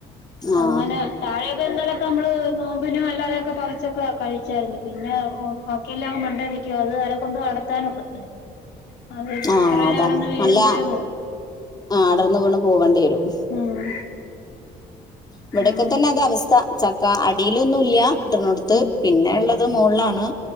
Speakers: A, on the left; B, on the left.
A: ആ
B: അങ്ങനെ താഴെയൊക്കെ <unintelligible> ക്കൊ നമ്മള് നോമ്പിനും അല്ലാതെയൊക്കെ പറിച്ചൊക്കെ കഴിച്ചായിരുന്നു, പിന്നെ ഏഹ് ബാക്കിയെല്ലാം മണ്ടേ നിക്കും അത് ആരെക്കൊണ്ടും അടത്താനൊക്കത്തില്ല അത്
A: ആഹ്
B: തറയിൽ
A: അതാണ്
B: കടന്ന് വീഴുമ്പോഴേ
A: നല്ല
B: പോവും
A: ആഹ് അടർന്ന് വീണ് പോവണ്ടി വെരും.
B: ഉം
A: ഇവിടൊക്കെ
B: അങ്ങനെ
A: തന്നെ അത് അവസ്ഥ ചക്ക അടിയിലൊന്നും ഇല്യ കിട്ടണോടത്ത്
B: ഉം
A: പിന്നെ ഇള്ള ത് മോൾലാണ്